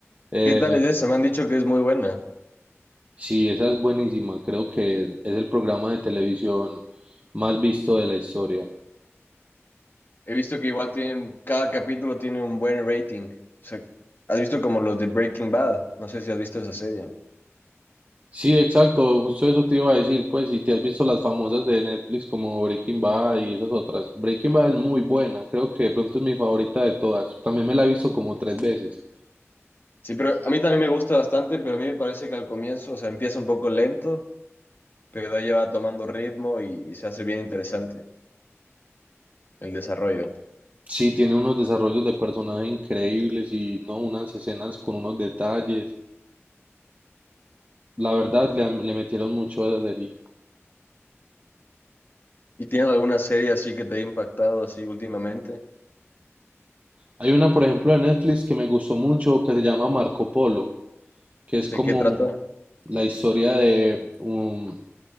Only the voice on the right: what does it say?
Eh,
sí, esa es buenísima. Creo que es, es el programa de televisión más visto de la historia.
Sí, exacto. Justo eso te iba a decir. Pues si te has visto las famosas de Netflix como Breaking Bad y esas otras. Breaking Bad es muy buena. Creo que de pronto es mi favorita de todas. También me la he visto como tres veces.
Sí, tiene unos desarrollos de personajes increíbles y no unas escenas con unos detalles. La verdad, le, le metieron mucho a esa serie.
Hay una, por ejemplo, de Netflix que me gustó mucho que se llama Marco Polo, que es
como
la historia de un,